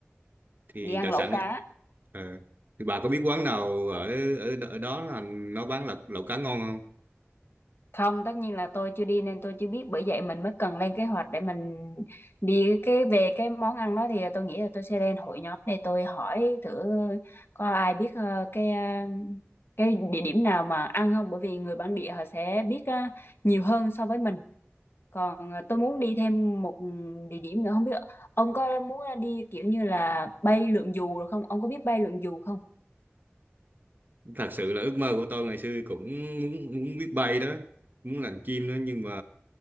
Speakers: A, on the right (about 45°); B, on the left (about 55°).
A: thì
B: đi ăn
A: đặc
B: lẩu
A: sản
B: cá
A: ờ, thì bà có biết quán nào ở ở, đ- ở đó là nó bán lẩu lẩu cá ngon không
B: không tất nhiên là tôi chưa đi nên tôi chưa biết bởi vậy mình mới cần lên kế hoạch để mình đi cái về cái món ăn đó thì tôi nghĩ là tôi sẽ lên hội nhóm để tôi hỏi thử có ai biết ờ, cái ờ, cái địa điểm nào mà ăn không bởi vì người bản địa họ sẽ biết ờ, nhiều hơn so với mình còn ờ, tôi muốn đi thêm một địa điểm nữa không biết ông có muốn đi kiểu như là bay lượn dù rồi không ông có biết bay lượn dù không
A: thật sự là ước mơ của tôi ngày xưa cũng muốn, muốn biết bay đó muốn làm chim đó nhưng mà